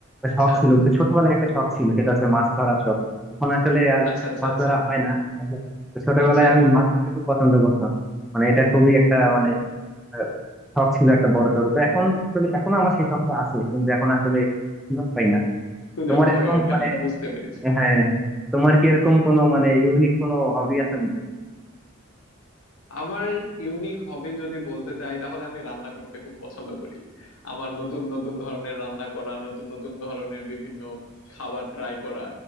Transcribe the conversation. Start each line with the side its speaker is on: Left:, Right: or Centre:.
Left: আচ্ছা
Centre: শখ ছিল বুঝছো? ছোটবেলায় একটা শখ ছিল সেটা হচ্ছে মাছ ধরার শখ এখন আসলে আর
Left: আচ্ছা আচ্ছা
Centre: মাছ
Left: আচ্ছা
Centre: ধরা হয় না তো ছোটবেলায়
Left: আচ্ছা
Centre: আমি মাছ ধরতে খুব পছন্দ করতাম মানে এটা খুবই একটা মানে আহ, শখ ছিল একটা বড় সড়ো তো এখন আসলে এখনো আমার সেই শখটা আছে কিন্তু এখন আসলে সুযোগ পাই না
Left: সুযোগ
Centre: তোমার এরকম
Left: হয়ে ওঠে
Centre: মানে
Left: না বুঝতে পেরেছি
Centre: হ্যাঁ তোমার কি এরকম কোনো মানে ইউনিক কোনো হবি আছে নাকি
Left: আমার ইউনিক হবে যদি বলতে চাই তাহলে আমি রান্না করতে খুব পছন্দ করি আমার নতুন নতুন ধরনের রান্না করা নতুন নতুন ধরনের বিভিন্ন খাবার ট্রাই করা